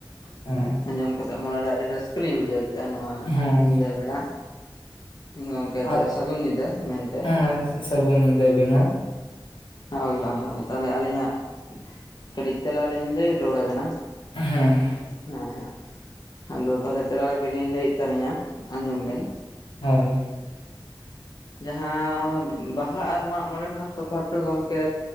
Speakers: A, on the left; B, on the left.
A: ᱦᱮᱸ <unintelligible>
B: ᱟᱸᱡᱚᱢ ᱠᱟᱛᱮᱫ ᱢᱚᱱᱮ ᱨᱮ ᱟᱹᱰᱤ ᱨᱟᱹᱥᱠᱟᱹ ᱞᱤᱧ ᱵᱩᱡᱷᱟᱹᱣ ᱠᱮᱜᱼᱟ᱾ ᱱᱚᱣᱟ
A: ᱦᱮᱸ
B: ᱧᱤᱫᱟᱹ ᱵᱮᱲᱟ᱾ ᱜᱚᱝᱠᱮ ᱛᱟᱦᱚᱞᱮ
A: ᱟᱫᱚ
B: ᱥᱟᱹᱜᱩᱱ ᱧᱤᱫᱟᱹ ᱢᱮᱱᱛᱮ᱾
A: ᱦᱮᱸ ᱥᱟᱹᱜᱩᱱ ᱧᱤᱫᱟᱹ ᱟᱹᱵᱤᱱ ᱦᱚᱸ
B: ᱦᱳᱭ ᱦᱳᱭ ᱦᱳᱭ ᱛᱟᱦᱞᱮ ᱟᱹᱞᱤᱧᱟᱜ ᱠᱟᱹᱴᱤᱡ ᱛᱮᱞᱟ ᱞᱤᱧ ᱞᱟᱹᱭ ᱨᱩᱣᱟᱹᱲ ᱟᱵᱮᱱᱟ᱾
A: ᱦᱮᱸ
B: ᱦᱮᱸ ᱦᱮᱸ ᱟᱫᱚ ᱛᱟᱦᱞᱮ ᱛᱮᱞᱟ ᱠᱟᱹᱴᱤᱡ ᱞᱤᱧ ᱞᱟᱹᱭᱮᱫ ᱛᱟᱞᱤᱧᱟ ᱟᱸᱡᱚᱢ ᱵᱮᱱ
A: ᱦᱳᱭ,
B: ᱡᱟᱦᱟᱸ ᱵᱟᱦᱟ ᱟᱨ ᱢᱟᱜ ᱢᱚᱬᱮ ᱨᱮ ᱛᱚᱯᱷᱟᱫ ᱫᱚ ᱜᱚᱝᱠᱮ